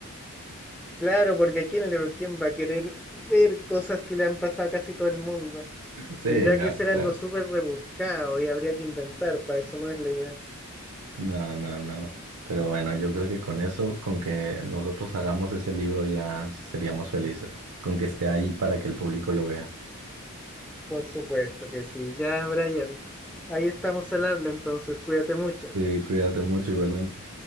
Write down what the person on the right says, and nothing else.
Sí,
no,
claro.
No, no, no. Pero bueno, yo creo que con eso, con que nosotros hagamos ese libro ya seríamos felices. Con que esté ahí para que el público lo vea.
Sí, cuídate mucho igualmente.